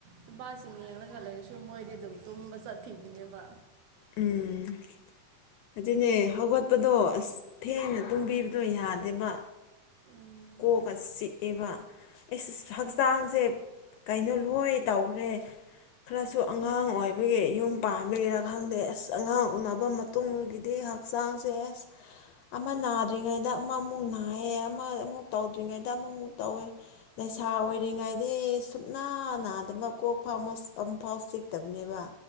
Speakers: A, on the right; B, on the left.
A: ꯅꯨꯄꯥꯁꯤꯡ ꯌꯦꯡꯂꯒ ꯂꯩꯔꯁꯨ ꯃꯣꯏꯗꯤ ꯑꯗꯨꯝ ꯇꯨꯝꯕ ꯆꯠꯈꯤꯕꯅꯦꯕ
B: ꯎꯝ ꯑꯗꯨꯅꯦ ꯍꯧꯒꯠꯄꯗꯣ ꯑꯁ ꯊꯦꯡꯅ ꯇꯨꯝꯕꯤꯕꯗꯣ ꯌꯥꯗꯦꯕ
A: ꯎꯝ
B: ꯀꯣꯛꯒ ꯆꯤꯛꯑꯦꯕ ꯑꯩ ꯍꯛꯆꯥꯡꯁꯦ ꯀꯩꯅꯣ ꯂꯣꯏ ꯇꯧꯔꯦ ꯈꯔꯁꯨ ꯑꯉꯥꯡ
A: ꯎꯝ
B: ꯑꯣꯏꯕꯒꯤ ꯌꯨꯝ ꯄꯥꯟꯕꯒꯤꯔ ꯈꯥꯡꯗꯦ ꯑꯁ ꯑꯉꯥꯡ ꯎꯅꯕ ꯃꯇꯨꯡꯒꯤꯗꯤ ꯍꯛꯆꯥꯡꯁꯦ ꯑꯁ ꯑꯃ ꯅꯥꯗ꯭ꯔꯤꯉꯩꯗ ꯑꯃ ꯑꯃꯨꯛ ꯅꯥꯏꯌꯦ ꯑꯃ ꯑꯃꯨꯛ ꯇꯧꯗ꯭ꯔꯤꯉꯩꯗ ꯑꯃꯃꯨꯛ ꯇꯧꯋꯦ ꯂꯩꯁꯥ ꯑꯣꯏꯔꯤꯉꯥꯏꯗꯤ ꯁꯨꯞꯅꯥ ꯅꯥꯗꯕ ꯀꯣꯛ ꯐꯥꯎ ꯑꯃ ꯐꯥꯎ ꯆꯤꯛꯇꯕꯅꯦꯕ